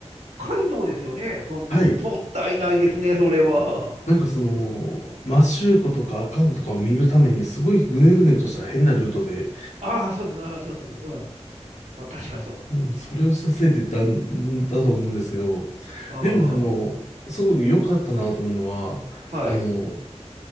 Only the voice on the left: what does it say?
はい。
なんかその、摩周湖とか阿寒湖とかを見るために、すごいぐねぐねとした変なルートで、
もうそれをしたせいでだだと思うんですけど、
でもね、あの、すごく良かったなと思うのは、
あの、